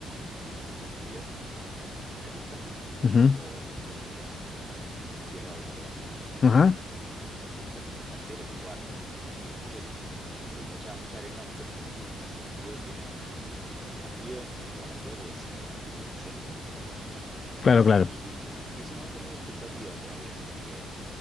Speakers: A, on the right; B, on the left.
A: ¿sí? El, el líder en, en la lista, seguido
B: Ujú,
A: por lo que sería más o menos la izquierda o el peronismo
B: ajá,
A: y recién ter- terceros o cuartos este partido. Entonces, sí, mucha, mucha arenga, mucho optimismo en ese sentido tienen en el partido en cuanto a la ciudad, porque es claramente el epicentro, es un lugar muy importante.
B: Claro, claro.
A: Y, y es un momento muy de expectativa todavía, porque